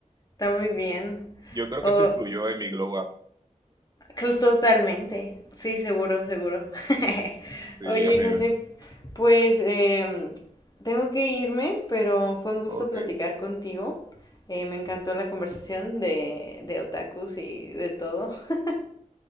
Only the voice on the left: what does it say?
está muy bien.
Oh,
cl- totalmente. Sí, seguro, seguro. <laughs>
Oye,
José, Pues em, tengo que irme, pero fue un gusto
platicar contigo. Eh, me encantó la conversación de, de otakus y de todo. <laughs>